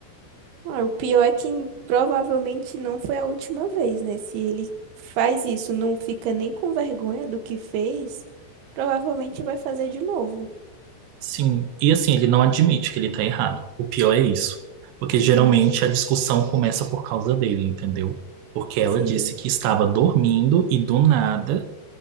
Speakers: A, on the right; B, on the right.
A: Ah, o pior é que provavelmente não foi a última vez, né? Se ele faz isso, não fica nem com vergonha do que fez, provavelmente vai fazer de novo.
B: Sim, e assim, ele não admite que ele tá errado. O pior é isso. Porque
A: Uhum,
B: geralmente a discussão começa por causa dele, entendeu? Porque ela
A: sim.
B: disse que estava dormindo e do nada